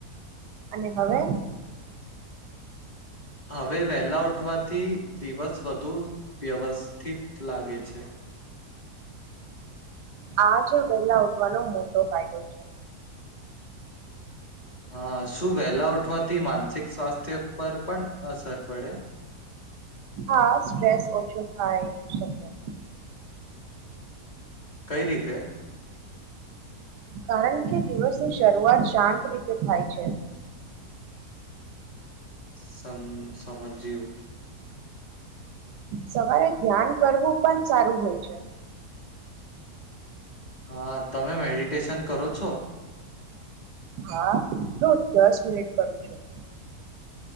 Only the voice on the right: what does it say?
અને હવે
આજ વેલા ઉઠવાનો મોટો ફાયદો છે
હા સ્ટ્રેસ ઓછો થઇ શકે
કારણ કે દિવસની શરૂઆત શાંત રીતે થાય છે
સવારે ધ્યાન કરવું પણ સારું હોય છે
હા રોજ દસ મિનિટ કરું છું